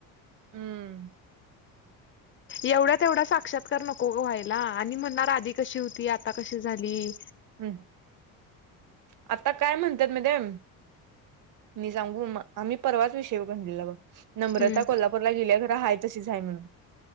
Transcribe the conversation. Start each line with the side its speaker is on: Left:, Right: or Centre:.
Right: हम्म.
Left: एवढ्या-तेवढा साक्षातकार नको व्हायला. आणि म्हणणार आधी कशी होती. आता कशी झाली.
Right: हम् आता काय म्हणतात. म्हायती हाय. मी सांगू. आम्ही परवाच विषय म्हणनलेला बग नम्रता
Left: हम्म
Right: कोल्हापूरला गेल्या खर हा. तशीच आहे म्हणून.